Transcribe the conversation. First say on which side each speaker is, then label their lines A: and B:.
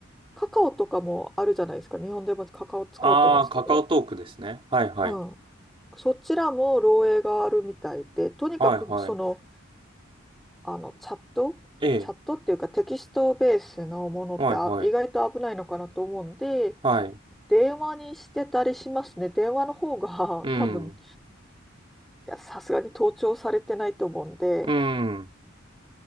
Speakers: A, in the centre; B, on the right.
A: カカオとかもあるじゃないですか。日本でもカカオ使おうと思うんですけど。
B: ああ、カカオトークですね。はい。はい。
A: うん。そちらも漏洩があるみたいで、とにかくその、
B: はい。はい。
A: あのチャット、
B: ええ。
A: チャットっていうかテキストベースのものってあ意外と危ないのかなと思うんで、
B: はい。はい。はい。
A: 電話にしてたりしますね。電話の方が <laughs>
B: うん。
A: 多分、いや、さすがに盗聴されてないと思うんで、
B: うん。